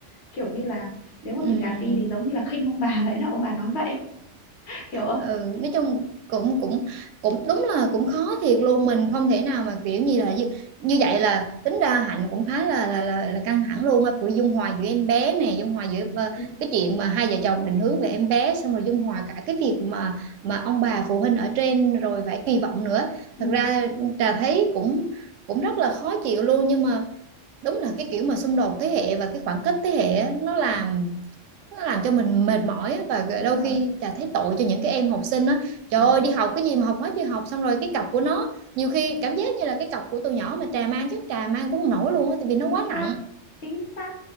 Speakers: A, on the left (about 60°); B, on the right (about 85°).
A: kiểu như là nếu mà
B: ừ
A: mình gạt đi thì giống như là khinh ông bà <laughs> vậy đó ông bà nói vậy hiểu không
B: ừ, nói chung cũng cũng cũng đúng là cũng khó thiệt luôn mình không thể nào mà kiểu như là như, như vậy là tính ra Hạnh cũng khá là là là, là căng thẳng luôn á vừa dung hòa giữa em bé nè dung hòa giữa ờ,
A: ừ,
B: cái chuyện mà hai vợ chồng định hướng về em bé xong rồi dung hòa cả cái việc mà mà ông bà phụ huynh ở trên rồi phải kỳ vọng nữa
A: ừ,
B: thật ra Trà thấy cũng cũng rất là khó chịu luôn nhưng mà đúng là cái kiểu mà xung đột thế hệ và cái khoảng cách thế hệ á, nó làm
A: ừ,
B: nó làm cho mình mệt mỏi á, và
A: đúng
B: đôi
A: rồi
B: khi chả thấy tội cho những cái em học sinh á trời
A: ừ.
B: ơi đi học cái gì mà học quá trời học xong rồi cái cặp của nó nhiều khi cảm giác như là cái cặp của tụi nhỏ mà trà mang chắc trà mang cũng không nổi luôn á tại vì nó
A: chính
B: quá nặng
A: xác chính xác